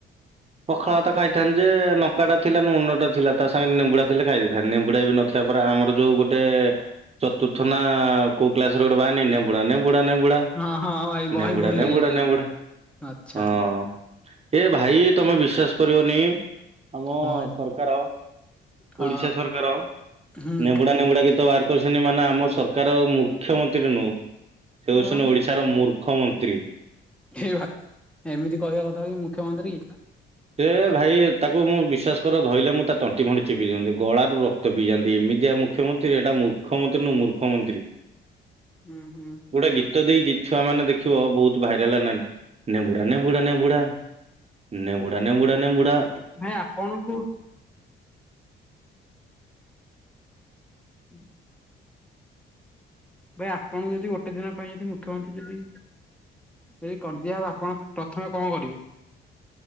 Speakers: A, on the right (about 30°); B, in the centre.
A: ପଖାଳ ତ ଖାଇଥାନ୍ତି ଯେ ନକା ଟା ଥିଲା ନୁନ ଟା ଥିଲା ତା ସାଙ୍ଗରେ ନେମ୍ବୁଡା ଥିଲେ ଖାଇ ଦେଇଥାନ୍ତନ୍ତି ନେବୁଡା ବି ନ ଦେଖିଆ ପରେ ଆମର ଯୋଉ ଗୋଟେ ଚତୁର୍ଥ ନା କୋ କ୍ଲାସ ଗୋଟେ ବାହାରିନି ନେବୁଡା ନେବୁଡା ନେବୁଡା
B: ହଁ ହଁ ଭାଇ ବହି
A: ନେଗୁଡା
B: ଭୁଲ
A: ନେଗୁଡା
B: ହେଇଯାଇଛି ଯୋଉ
A: ନେଗୁଡା
B: ଆଚ୍ଛା
A: ହଁ। ଏ ଭାଇ ତମେ ବିଶ୍ଵାସ କରିବନି ଆମ
B: ହଁ
A: ସରକାର
B: ହଁ
A: ଓଡିଶା ସରକାର
B: ହୁଁ
A: ନେବୁଡା ନେବୁଡା ଗୀତ ବାର କରିଛନ୍ତି ମାନେ ଆମ ସରକାର ମୁଖ୍ୟମନ୍ତ୍ରୀ ନୁହଁ ସେ ହଉଛନ୍ତି
B: ଆଉ
A: ଓଡି ଓଡ଼ିଶାର ମୂର୍ଖମନ୍ତ୍ରୀ।
B: ଏଇ ବା ଏମିତି କହିବା କଥା କି ମୁଖ୍ୟମନ୍ତ୍ରୀ।
A: ସେ ଭାଇ ତାକୁ ମୁଁ ବିଶ୍ୱାସ କର ଧଇଲେ ମୁଁ ତା ତଣ୍ଟି ଫଣ୍ଟି ଚିପି ଦିଅନ୍ତି ଗଳାରୁ ର ରକ୍ତ ପିଇ ଯାନ୍ତି ଏମିତିଆ ମୁଖ୍ୟମନ୍ତ୍ରୀ ଏଇଟା ମୁ ମୁଖ୍ୟମନ୍ତ୍ରୀ ନୁ ମୂର୍ଖ ମନ୍ତ୍ରୀ
B: ହୁଁ ହୁଁ
A: ଗୋଟେ ଗୀତ ତ ଦେଇଛି ଛୁଆମାନ ଦେଖିବ ବହୁତ ଭାଇରାଲ ହୋନି ନେବୁଡା ନେବୁଡା ନେବୁଡା। ନେବୁଡ଼ା ନେବୁଡ଼ା ନେବୁଡ଼ା।
B: ଭାଇ ଆପଣଙ୍କୁ ହୁଁ ଭାଇ ଆପଣଙ୍କୁ ଯଦି ଗୋଟେ ଦିନ ପାଇଁ ଯଦି ମୁଖ୍ୟମନ୍ତ୍ରୀ ଯଦି ଯଦି କରି ଦିଆହବ ଆପଣ ପ୍ରଥମେ କଣ କରିବି?